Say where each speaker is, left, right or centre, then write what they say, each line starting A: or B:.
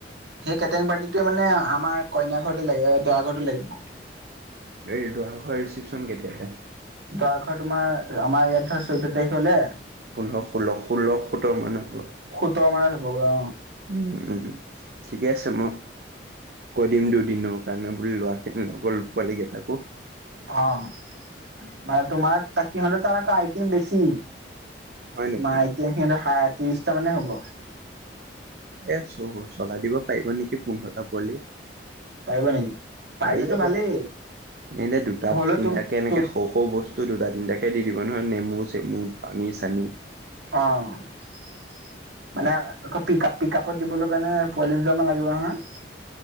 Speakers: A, on the right; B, on the right.
A: সেই কেটেং পাৰ্টিটোৱে মানে আমাৰ কইনা ঘৰতে লাগে দৰা ঘৰটো লাগিব
B: এই দৰা ঘৰৰ ৰিচিপশ্যন কেতিয়ালে?
A: দৰা ঘৰ তোমাৰ, আমাৰ ইয়াত ধৰা চৈধ্য তাৰিখ হলে
B: পোন্ধৰ, ষোল্ল, ষোল্ল সোতৰ' মানত হ'ব।
A: সোতৰ মানত হ'ব অঁ'।
B: উম, ঠিকে আছে উম। কৈ দিম দুদিনৰ কাৰণে বুলি ল'ৰাখিনি লগৰ পোৱালীকেইটাকো।
A: অ', মানে তোমাৰ সিহঁতৰতাত আইটিম বেছি।
B: হয়
A: তোমাৰ
B: নেকি?
A: এতিয়া, সিহঁতৰ ত্ৰিশটা মানে হ'ব।
B: এ, চলাই দিব পাৰিব নেকি? পোন্ধৰটা পোৱালি।
A: পাৰিব নেকি পাৰিলেতো
B: পাৰি যাব,
A: ভালেই
B: এনে দুটা
A: হ'লেও
B: তিনটাকে
A: তো
B: এনেকে
A: তো
B: সৰু সৰু বস্তু, দুটা তিনিটাকে দি দিব নহয় নেমু-চেমু, পানী-চানী।
A: অঁ। মানে আকৌ পিক আপ পিক আপত দিবলৈ কাৰণে পোৱালি দুটামান লাগিব নহয়।